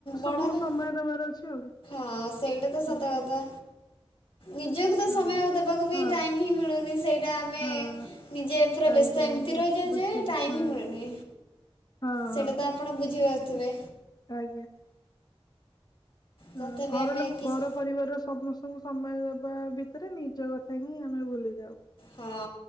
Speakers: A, on the left (about 60°); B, on the left (about 40°).
A: ବଡ଼
B: କ
A: ହେଲା
B: ସମୟ ଦେବାର ଅଛି ଆଉ।
A: ହଁ ସେଇଟା ତ ସତ
B: ହଁ
A: କଥା। ନିଜକୁ ତ
B: ହଁ
A: ସମୟ ଦେବାକୁ ବି
B: ହଁ
A: ଟାଇମ ହିଁ ମିଳୁନି ସେଇଟା ଆମେ
B: ହଁ
A: ନିଜେ ପୁରା
B: ଆଜ୍ଞା
A: ବ୍ୟସ୍ତ ଏମିତି
B: ଆଜ୍ଞା
A: ରହିଯାଏ
B: ବୁଝିଲି
A: ଯେ ଟାଇମ
B: ହଁ
A: ହିଁ ମିଳୁନି।
B: ହଁ। ହଁ
A: ସେଇଟା ତ ଆପଣ ବୁଝିପାରୁଥିବେ।
B: ଆଜ୍ଞା। ହ
A: ତଥାପି
B: ଘର
A: ଆମେ
B: ଲ
A: କିଛି
B: ଘର ପରିବାରର ସମସ୍ତଙ୍କୁ ସମୟ ଦେବା ଭିତରେ ନିଜ କଥା ହିଁ ଆମେ ଭୁଲିଯାଉ।
A: ହଁ